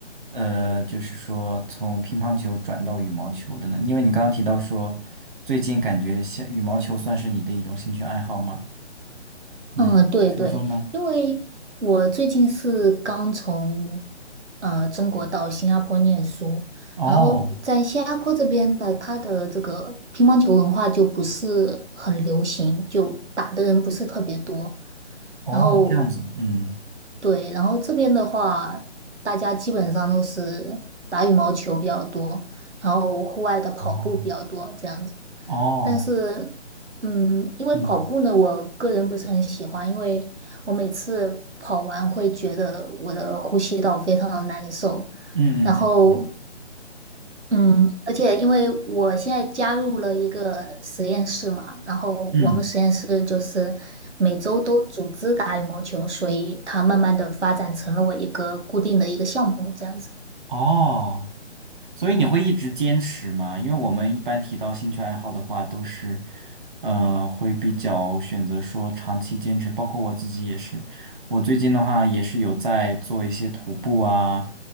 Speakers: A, on the right; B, on the right.
A: 呃，就是说从乒乓球转到羽毛球的呢？因为你刚刚提到说，最近感觉像羽毛球算是你的一种兴趣爱好吗？嗯，
B: 嗯，对对，
A: 说说吗？
B: 因为我最近是刚从呃中国到新加坡念书，
A: 哦
B: 然后在新加坡这边呢，它的这个乒乓球文化就不是很流行，就打的人不是特别多。
A: 哦哦这样子，
B: 然后
A: 嗯。
B: 对，然后这边的话，大家基本上都是打羽毛球比较多，然后户外的跑步比较多这样子。
A: 哦。哦，
B: 但是，嗯，因为跑步呢，
A: 嗯
B: 我个人不是很喜欢，因为我每次跑完会觉得我的呼吸道非常的难受，
A: 嗯嗯嗯
B: 然后。嗯，而且因为我现在加入了一个实验室嘛，然后我们实验室就是每周都组织打羽毛球，
A: 嗯，
B: 所以它慢慢的发展成了我一个固定的一个项目这样子。
A: 哦，所以你会一直坚持吗？因为我们一般提到兴趣爱好的话，都是，呃，会比较选择说长期坚持。包括我自己也是，我最近的话也是有在做一些徒步啊，